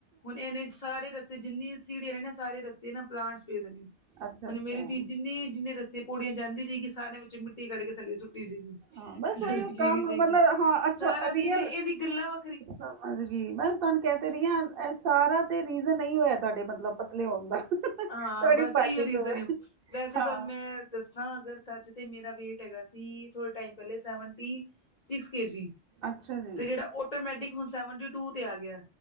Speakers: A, on the left; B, on the right.
A: ਹੁਣ ਇਹਨੇ ਸਾਰੇ ਰਸਤੇ ਜਿੰਨੀ ਸਿੜਿਆ ਨੇ ਨਾ ਸਾਰੇ ਰਸਤੇ ਏਨਾ ਪਲਾਂਟਸ ਪਏਦੇ ਨੇ।
B: ਅੱਛਾ
A: ਹੁਣ
B: ਅੱਛਾ
A: ਮੇਰੇ ਧੀ ਜਿੰਨੇ ਜਿੰਨੇ ਰਸਤੇ ਭੋੜੀਆਂ ਜਾਂਦੀ ਜਾਏਗੀ ਸਾਰਿਆਂ ਵਿੱਚ ਮਿੱ ਟੀ ਕੱਢ ਕੇ ਥੱਲੇ ਸੁੱਟੀ ਜਾਏਗੀ
B: ਹਾਂ ਬਸ ਉਹੀ
A: ਥੱਲੇ
B: ਉਹ
A: ਗੇਰੀਜਾਏਗੀ
B: ਕੰਮ ਮਤਲਬ ਹਾਂ ਅੱਛਾ
A: ਸਾਰਾ
B: ਰੀਅਲ
A: ਦਿਨ ਇਹਦੀ ਗੱਲਾਂ ਵ
B: ਸਮਝ ਗਈ ਮੈਂ ਤੁਹਾਨੂੰ ਕਹਿ ਤੇ ਰਹੀ ਹਾਂ ਸਾਰਾ ਤੇ ਰੀਜ਼ਨ ਅਹਿ ਹੋਇਆ ਤੁਹਾਡੇ ਮਤਲਬ ਪਤਲੇ ਹੋਣ ਦਾ। ਤੁਹਾਡੀ
A: ਹਾਂ ਬਸ ਇਹੀ
B: ਭੱਜ
A: ਰੀਜ਼ਨ
B: ਦੌੜ
A: ਵੈਸੇ
B: ਹਾਂ
A: ਤੁਾਨ ਮੈਂ ਦੱਸਾਂ ਅਗਰ ਸੱਚ ਤਾਂ ਮੇਰਾ ਵੇਟ ਹੈਗਾ ਸੀ ਥੋੜ੍ਹੇ ਟਾਈਮ ਪਹਿਲੇ ਸੈਵਨਟੀ ਸਿਕਸ ਕੇ ਜੀ।
B: ਅੱਛਾ ਜੀ
A: ਤੇ ਜਿਹੜਾ ਆਟੋਮੈਟਿਕ ਨੂ ਸਾਵੇਂਟੀ ਟੂ ਤੇ ਆ ਗਿਆ